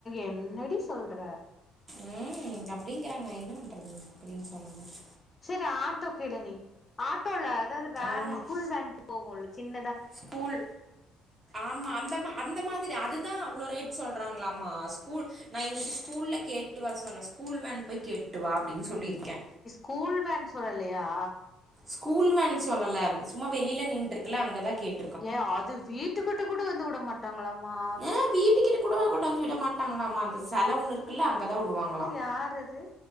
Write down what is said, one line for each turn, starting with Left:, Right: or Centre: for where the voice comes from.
Left: என்னடி சொல்ற
Right: ம் அப்டிங்கிறாங்க என்ன பண்றது அப்டின்னு சொல்லம் போது
Left: சேரி ஆட்டோ கேளு நீ ஆட்டோல அதாவது வேன்
Right: ஆமா
Left: ஸ்கூல் வேன் போகுல்ல சின்ன
Right: ஸ்கூல் ஆமா அந்த மா அந்த மாதிரி அதுதா அவ்வளோ ரேட் சொல்றாங்களாமா ஸ்கூல் நா இன்னைக்கு ஸ்கூல்ல கேட்டு வர சொன்னே ஸ்கூல் வேன் போய் கேட்டு ட்டுவா அப்டின்னு சொல்லிருக்கே
Left: கூழ்வேன் சொல்லலையா
Right: ஸ்கூல் வேன் சொல்லல சும்மா வெளியில நின்ருக்குல அங்கதா கேட்டு
Left: ஏ அது வீட்டுக்கிட்ட கூட வந்து விட மாட்டாங்களாமா
Right: ஆ வீட்டுக்கிட்ட கூட கூடவா வந்து விட மாட்டாங்களாமா அந்த செல ஒண்ணுக்குல்ல அங்கதா வுடுவாங்களா
Left: யாறது